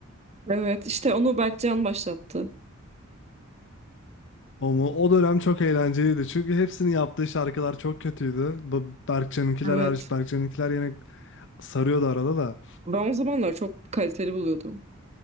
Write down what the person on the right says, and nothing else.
Evet işte onu Berkcan başlattı.
Evet.
Ben o zamanlar çok kaliteli buluyordum.